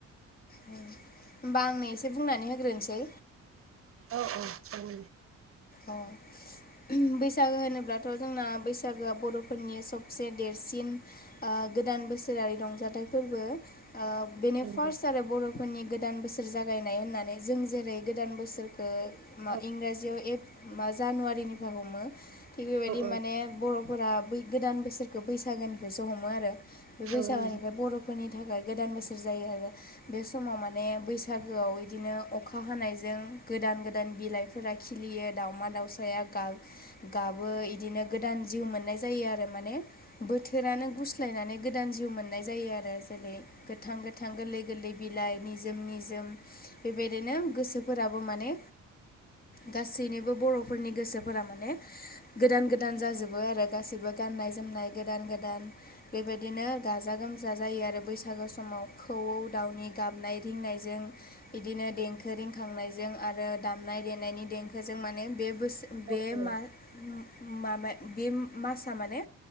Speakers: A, on the left (about 30°); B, on the right (about 45°).
A: उम होमबा आंनो एसे बुंनानै होग्रोनसै।
B: औ औ
A: अ <unintelligible> बैसागो होनोब्लाथ' जोंना बैसागोआ बर'फोरनि सबसे देरसिन आ गोदान बोसोरारि रंजाथाइ फोरबो ओ बेनो फार्स्ट
B: दे
A: आरो बर' फोरनि गोदान बोसोर जागायनाय होननानै। जों जेरै गोदान बोसोरखो
B: औ
A: मा इंराजियाव एप मा जानुवारिनिफ्राय हमो थिग बेबायदि
B: औ
A: माने बर' फोरा बै गोदान बोसोरखो बैसागोनिफ्रायसो हमो आरो। बे
B: जागोन
A: बैसागोनिफ्राय बर' फोरनि थाखाय गोदान बोसोर जायो आरो बे समाव माने बैसा सागोआव इदिनो अखा हानायजों गोदान गोदान बिलाइफोरा खिलियो। दावमा दावसाया गा गाबो इदिनो गोदान जिउ मोननाय जायो आरो माने। बोथोरानो गुस्लायनानै गोदान जिउ मोननाय जायो आरो। जेरै गोथां गोथां गोलै गोलै बिलाइ निजोम निजोम बेबायदिनो गोसोफोराबो माने गासैनिबो बर'फोरनि गोसोफोरा माने गोदान गोद गोदान जाजोबो आरो गासैबो गाननाय जोमनाय गोदान गोदान। बेबायदिनो गाजा गोमजा जायो आरो बैसागो समाव खौवौ दाउनि गाबनाय रिंनायजों बिदिनो देंखो रिंखांनायजों आरो दामनाय देनायनि देंखो जों माने बे बोसो बे
B: दे
A: मा माबा बे मासआ माने